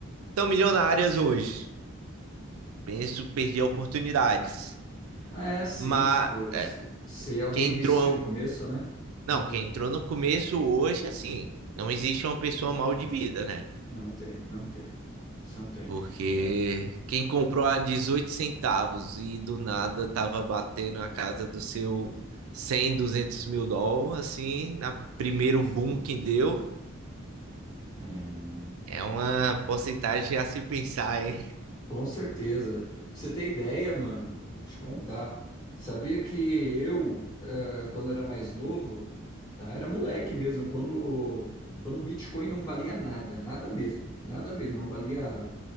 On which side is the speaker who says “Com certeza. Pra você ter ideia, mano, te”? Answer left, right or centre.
Left